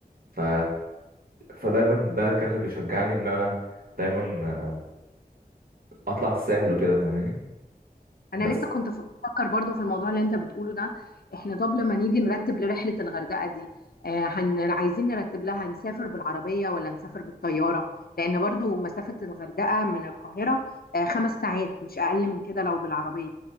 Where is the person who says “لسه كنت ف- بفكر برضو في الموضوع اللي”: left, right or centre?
Left